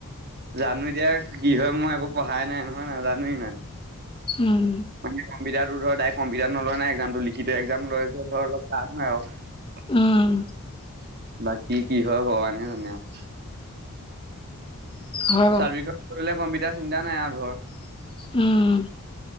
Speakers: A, on the right; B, on the left.
A: জানো দিয়া কি হয় মই একো পঢ়াই নাই নহয় নাজানো ইমান
B: উম
A: বাকী কম্পিউটাৰটো ধৰ ডাইৰেক্ট কম্পিউটাৰটো নলয় নহয় এক্সমটো লিখিত এক্সামটো অলপ টান হয় আৰু
B: উম
A: বাকী কি হয় ভগৱান হে জানে আৰু
B: হয় বাৰু
A: চাৰ্ভিকন কৰিলে কম্পিউটাৰ চিন্তা নাই আৰু ধৰ
B: উম